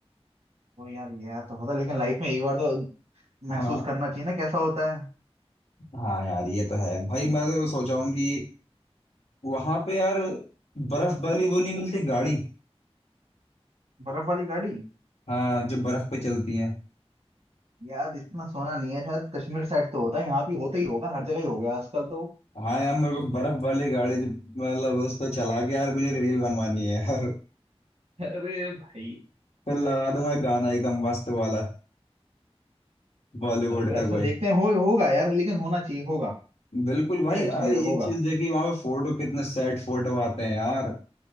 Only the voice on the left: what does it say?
हाँ
हाँ यार ये तो है भाई मैं तो सोचा हूँ कि वहां पे यार बर्फ वाली वो नहीं मिलती गाड़ी
हाँ जो बर्फ पे चलती
है
हाँ यार मेरे को बर्फ वाली गाड़ी जो मतलब उस पर चला के यार मुझे रील बनवानी है यार
फिर लगा दूंगा एक गाना एकदम मस्त वाला बॉलीवुड
का
कोई
बिल्कुल
भाई
यार
एक
चीज देखी वहां पे फोटो कितने सेट फोटो आते हैं यार